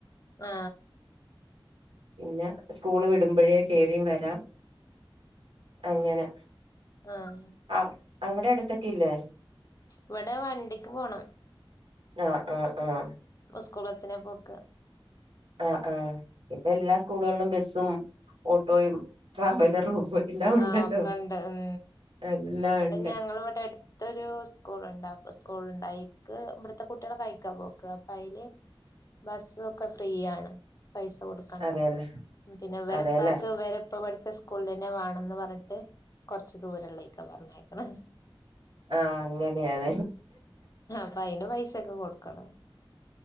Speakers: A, on the left; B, on the right.
A: ആ
B: പിന്നെ സ്കൂള് വിടുമ്പോഴേ കയറിയും വരാം അങ്ങനെ
A: ആഹ
B: ആ അവിടെ അടുത്തൊക്കെ ഇല്ലേ
A: ഇവിടെ വണ്ടിക്ക് പോണം
B: ആഹ് ആഹ് ആഹ്
A: സ്കൂൾ ബസ്സിനെ പോക്ക്
B: ആ ആ ഇപ്പ എല്ലാ സ്കൂളുകളിലും ബസ്സും ഓട്ടോയും ട്രാവലറും എല്ലാം ഉണ്ടല്ലോ
A: ആഹ് ഒക്കെ ഉണ്ട് ഉം
B: എല്ലാം
A: ഇവിടെ
B: ഉണ്ട്
A: ഞങ്ങളവിടെ ത്തൊരു സ്കൂളുണ്ട് അപ്പോസ്കൂളുണ്ട്ക്ക് ഇവിടുത്തെ കുട്ടികള അയിക്കാ പോക്ക് അപ്പൊ അതില് ബസ്സൊക്കെ ഫ്രീയാണ് പൈസ കൊടുക്കണ്ട
B: അതെല്ലേ
A: പിന്നെ വരെപ്പാക്ക്
B: അതെല്ലേ
A: വരെപ്പ പഠിച്ച സ്കൂള പിന്നെ വേണന്ന് പറഞ്ഞിട്ട് കൊറച്ച് ദൂരംള്ളയ്ക്കാ പറഞ്ഞേക്കണ
B: ആഹ അങ്ങനെയാണ
A: അപ്പ അയിന് പൈസൊക്കെ കൊടുക്കണം